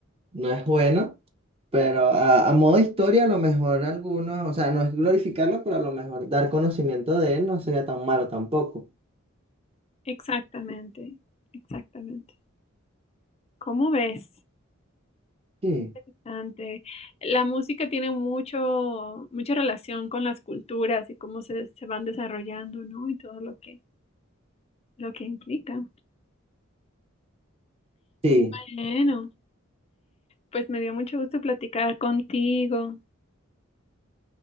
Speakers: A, on the right (about 30°); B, on the left (about 30°).
A: no es bueno, pero a, a modo historia, a lo mejor algunos, o sea, no es glorificarlo, pero a lo mejor dar conocimiento de él no sería tan malo tampoco.
B: Exactamente, exactamente. ¿Cómo ves?
A: Sí.
B: Interesante. La música tiene mucho, mucha relación con las culturas y cómo se, se van desarrollando, ¿no? Y todo lo que, lo que implica.
A: Sí.
B: Bueno, pues me dio mucho gusto platicar contigo.